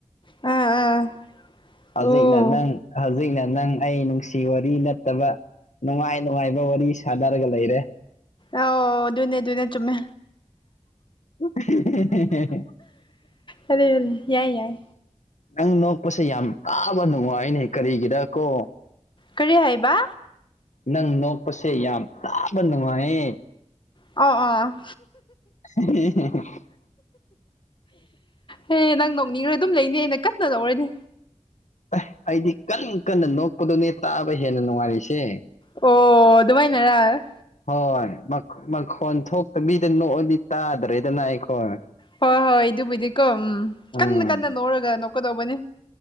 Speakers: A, on the left; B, on the left.
A: ꯑꯥ ꯑꯥ
B: ꯍꯧꯖꯤꯛꯅ
A: ꯑꯣ
B: ꯅꯪ ꯍꯧꯖꯤꯛꯅ ꯅꯪ ꯑꯩ ꯅꯨꯡ ꯁꯤ ꯋꯥꯔꯤ ꯅꯠꯇꯕ ꯅꯨꯡꯉꯥꯏ ꯅꯨꯡꯉꯥꯏꯕ ꯋꯥꯔꯤ ꯁꯥꯟꯅꯔꯒ ꯂꯩꯔꯦ
A: ꯑꯣ ꯑꯗꯨꯅꯦ ꯑꯗꯨꯅꯦ ꯆꯨꯝꯃꯦ
B: <unintelligible>
A: ꯌꯥꯔꯦ ꯌꯥꯔꯦ ꯌꯥꯏ ꯌꯥꯏ
B: ꯅꯪ ꯅꯣꯛꯄꯁꯦ ꯌꯥꯝ ꯇꯥꯕ ꯅꯨꯡꯉꯥꯏꯅꯦ ꯀꯔꯤꯒꯤꯔ ꯀꯣ
A: ꯀꯔꯤ ꯍꯥꯏꯕ
B: ꯅꯪ ꯅꯣꯛꯄꯁꯦ ꯌꯥꯝ ꯇꯥꯕ ꯅꯨꯡꯉꯥꯏꯌꯦ
A: ꯑꯣ ꯑꯣ
B: <unintelligible>
A: ꯍꯦ‌ ꯅꯪ ꯅꯣꯛꯅꯤꯡꯔ ꯑꯗꯨꯝ ꯂꯩꯅꯤ ꯑꯩꯅ ꯀꯟꯅ ꯂꯧꯔꯗꯤ
B: ꯑꯦ ꯑꯩꯗꯤ ꯀꯟ ꯀꯟꯅ ꯅꯣꯛꯄꯗꯨꯅꯦ ꯇꯥꯕ ꯍꯦꯟꯅ ꯅꯨꯡꯉꯥꯏꯔꯤꯁꯦ
A: ꯑꯣ ꯑꯗꯨꯃꯥꯏꯅꯔꯥ
B: ꯍꯣꯏ ꯃꯛ ꯃꯈꯣꯟ ꯊꯣꯛꯇꯕꯤꯗ ꯅꯣꯛꯑꯗꯤ ꯇꯥꯗ꯭ꯔꯦꯗꯅ ꯑꯩꯈꯣꯏ
A: ꯍꯣꯏ ꯍꯣꯏ ꯏꯗꯨꯕꯨꯗꯤꯀꯣ ꯎꯝ ꯀꯟꯅ
B: ꯎꯝ
A: ꯀꯟꯅ ꯅꯣꯛꯔꯒ ꯅꯣꯛꯀꯗꯧꯕꯅꯤ